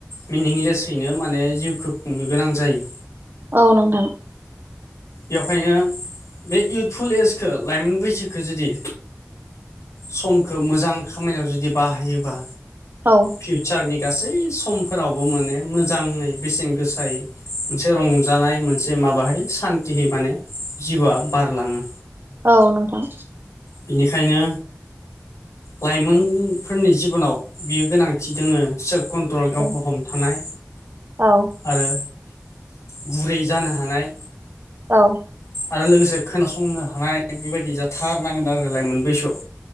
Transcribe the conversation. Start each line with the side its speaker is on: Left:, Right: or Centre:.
Left: मिनिंलेसयैनो माने जिउखौ खुंनो गोनां जायो
Right: औ नोंथां
Left: बेवखायनो बे इउथफुल एजखौ लाइमोन बैसोखो जुदि समखौ मोजां खामानियाव जुदि बाहायोबा
Right: औ
Left: फिउचारनि गासै समफोरावबो माने मोजांङै बेसेन गोसायै मोनसे रंजानाय मोनसे माबाहै सान्थिहै माने जिउआ बारलाङो
Right: औ नोंथां
Left: बिनिखायनो लाइमोनफोरनि जिबनाव बियो गोनांथि दोङो सेल्फ कनट पटल
Right: औ
Left: गावखौ हमथानाय
Right: औ
Left: आरो गुबुरै जानो हानाय
Right: औ
Left: आरो लोगोसे खोनासंनो हानाय बेबायदि जाथारनांगोन आरो लाायमोन बैसोआव